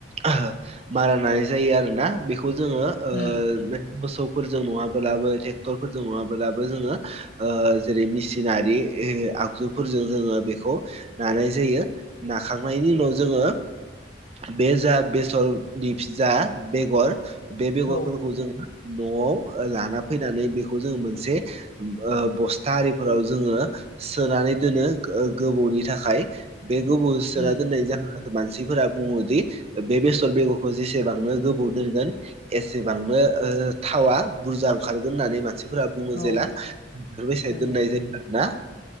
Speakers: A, on the right; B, on the left.
A: आह मारा नानाय जायो आरोना बेखौ जोङो ओ
B: उम
A: मोसौफोरजों नङाब्लाबो ट्रेक्टरफोरजों नङाबोलाबो जोङो ओ जेरै मेसिनारि आगजुफोरजों जोङो बेखौ नानाय जायो नाखांनायनि उनाव जोङो बे जा बेसरनि जा बेगर बे बेगरफोरखौ
B: औ
A: जोङो न'आव ओ लाना फैनानै बेखौ जोङो मोनसे ओ बस्था आरिफोराव जोङो सोनानै दोनो गो-गोबौनि थाखाय बे गोबौ
B: उम
A: सोना दोननाय जाहोना जादों मानसि मानसिफोरा बुङोदि बे बेसर बेगरखौ जेसेबांनो गोबाव दोनगोन एसेबांनो ओ थावा बुरजा ओंखारगोन होननानै मानसिफोरा बुङो
B: औ
A: जेला जोंस
B: उम
A: दोननाय जायो आरो ना